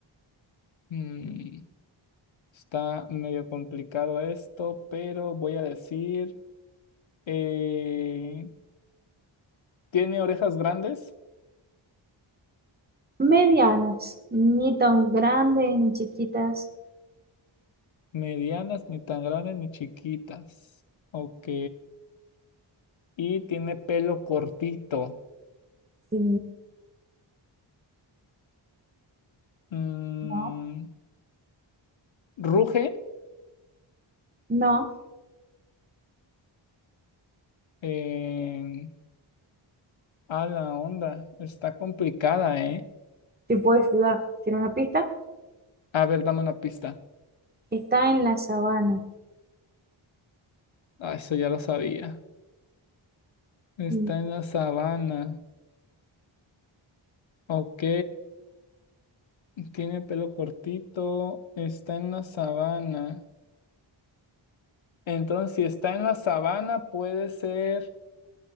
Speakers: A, on the left; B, on the right.
A: mm, está medio complicado esto, pero voy a decir... eh, Tiene orejas grandes,
B: Medianas. Ni tan grandes ni chiquitas.
A: medianas, ni tan grandes ni chiquitas. Ok. Y tiene pelo cortito.
B: Sí.
A: Mm,
B: No,
A: ruge.
B: no.
A: em, a la onda. Está complicada, ¿eh?
B: Te puedo ayudar. ¿Quieres una pista?
A: A ver, dame una pista.
B: Está en la sabana.
A: Ah, eso ya lo sabía. Está
B: Mm,
A: en la sabana. Ok. Tiene pelo cortito. Está en la sabana. Entonces, si está en la sabana, puede ser.